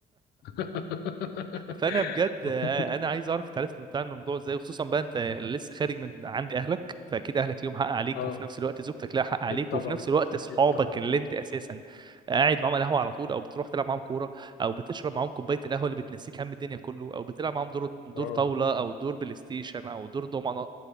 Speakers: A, on the left; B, on the right.
A: <laughs>
B: فانا بجد آه، انا عايز اعرف انت عرفت بتعمل الموضوع ازاي وخصوصا بقى انت لسه خارج من عند اهلك فاكيد اهلك ليهم حق عليك
A: اه
B: وفي نفس الوقت زوجتك لها حق عليك
A: اكيد طبعا
B: وفي نفس الوقت اصحابك
A: اكيد طبعا
B: اللي انت اساسا قاعد معاهم على القهوه على طول او بتروح تلعب معاهم كوره او بتشرب معاهم كوبايه القهوه اللي بتنسيك هم الدنيا كله او بتلعب معاهم دور دور
A: اه
B: طاوله او دور بلاي ستيشن او دور دومنه